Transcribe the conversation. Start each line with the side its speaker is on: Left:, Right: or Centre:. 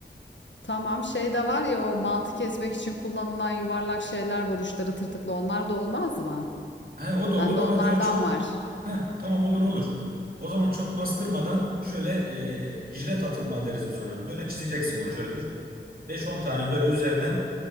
Left: Tamam şey de var ya o mantı kesmek için kullanılan yuvarlak şeyler var uçları tırtıklı onlar da olmaz mı?
Right: He, o da olur
Left: Bende
Right: ama
Left: onlardan
Right: böyle çok
Left: var.
Right: heh, tamam olur olur. O zaman çok bastırmadan şöyle e, jilet atma deriz biz ona. Böyle çizeceksin onu şöyle üç- 5-10 tane böyle üzerine